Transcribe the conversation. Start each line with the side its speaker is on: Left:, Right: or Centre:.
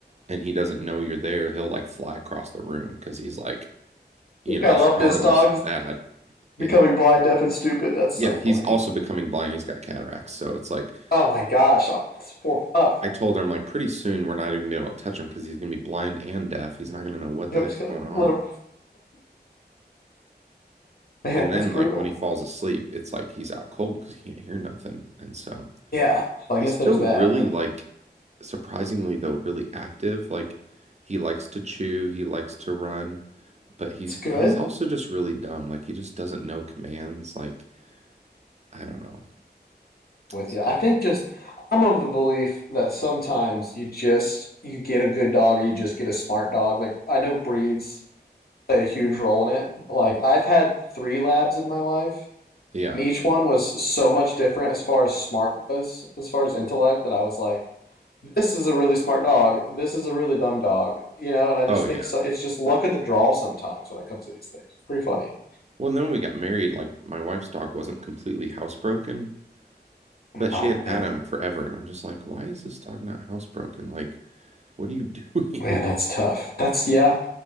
Right: and he doesn't know you're there, he'll like fly across the room because he's like, you know,
Left: I
Right: you
Left: love
Right: startle
Left: this dog
Right: him so bad.
Left: becoming
Right: Yeah.
Left: blind, deaf, and stupid. That's
Right: Yeah,
Left: so funny.
Right: he's also becoming blind. He's got cataracts, so it's like
Left: Oh my gosh, I'm, this poor pup.
Right: I told her, I'm like, pretty soon we're not even gonna be able to touch him because he's gonna be blind and deaf. He's not gonna know what
Left: We're
Right: the heck's
Left: just gonna
Right: going on.
Left: let him. Man,
Right: And then,
Left: that's brutal.
Right: like, when he falls asleep, it's like he's out cold because he can't hear nothing. And so
Left: Yeah. So I guess
Right: he's still
Left: there's that.
Right: really, like, surprisingly, though, really active. Like, he likes to chew, he likes to run, but he's
Left: It's good.
Right: he's also just really dumb. Like, he just doesn't know commands. Like, I don't know.
Left: with
Right: So,
Left: you. I think just I'm of the belief that sometimes you just you get a good dog or you just get a smart dog. Like I know breeds play a huge role in it, but like I've had three labs in my life
Right: yeah.
Left: and each one was so much different as far as smart goes, as far as intellect that I was like this is a really smart dog. This is a really dumb dog, you know. And I just
Right: Oh, yeah.
Left: think so, it's just luck of the draw sometimes when it comes to these things. It's pretty funny.
Right: Well, and then when we got married, like, my wife's dog wasn't completely housebroken. But
Left: Oh
Right: she had had
Left: man,
Right: him forever, and I'm just like, why is this dog not housebroken? Like, what are you doing?
Left: man, that's
Right: <laughs>
Left: tough. That's yeah,